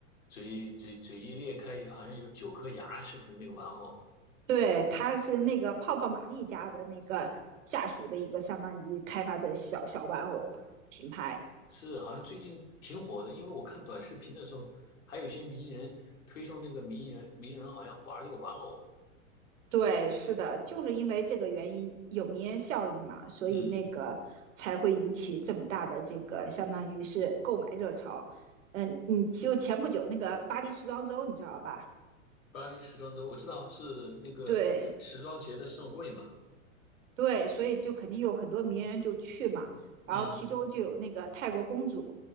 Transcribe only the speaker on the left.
嘴嘴嘴一裂开，好像有九颗牙，是不是那个玩偶？
是，好像最近挺火的，因为我看短视频的时候，还有一些名人推送那个名人名人好像玩这个玩偶。
嗯，
巴黎时装周我知道是那个时装节的盛会嘛。
嗯，